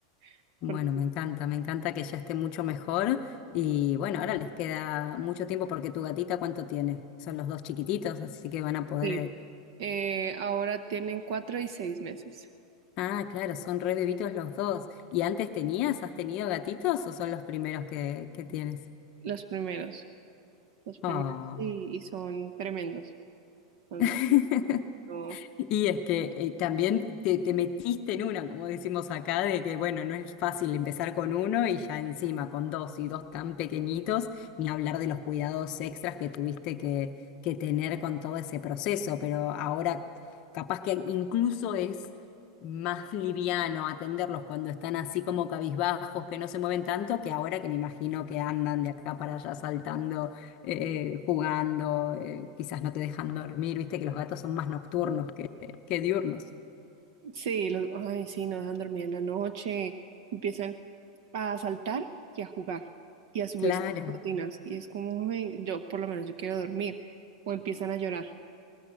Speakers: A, on the right; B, on the left.
A: <laughs>
B: Bueno,
A: porque
B: me encanta, me encanta que ya esté mucho mejor y bueno, ahora les queda mucho tiempo porque tu gatita, ¿cuánto tiene? Son los dos chiquititos, así que van a poder...
A: sí,
B: eh,
A: eh, ahora tienen cuatro y seis meses,
B: Ah, claro, son re bebitos los dos. ¿Y antes tenías, has tenido gatitos o son los primeros que, que tienes?
A: los primeros, los primeros
B: Oh.
A: y, y son tremendos. son-
B: <laughs>
A: no,
B: Y es que eh, también te, te metiste en una, como decimos acá, de que bueno, no es fácil empezar con uno y ya encima con dos y dos tan pequeñitos, ni hablar de los cuidados extras que tuviste que, que tener con todo ese proceso, pero ahora capaz que incluso es más liviano atenderlos cuando están así como cabizbajos, que no se mueven tanto, que ahora que me imagino que andan de acá para allá saltando eh, jugando, eh, quizás no te dejan dormir, viste que los gatos son más nocturnos que, que diurnos.
A: Sí, los, ay, sí, no dejan dormir en la noche, empiezan a saltar y a jugar y a subirse
B: Claro.
A: a las cortinas y es como, "Ay, yo por lo menos yo quiero dormir o empiezan a llorar.